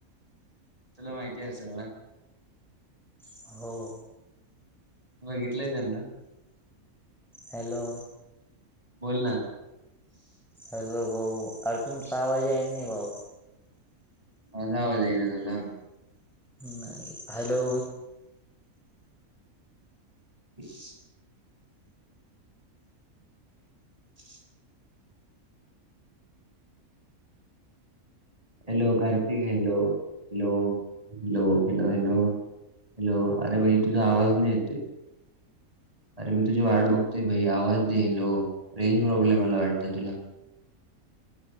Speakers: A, on the right; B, in the centre.
A: तुला माहिती असेल ना
B: हो
A: बघितलंय त्यांना
B: हॅलो
A: बोल ना
B: हॅलो भाऊ अरे तुमचं आवाज येईन भाऊ
A: माझा आवाज येईन तुला
B: नाही हॅलो
A: तेच ह hello Kartik hello hello hello hello hello hello अरे भाई तुझा आवाज नाही येतोय अरे मी तुझी वाट बघतोय भाई आवाज द्यायलो रेंज प्रॉब्लेम मला वाटत तुला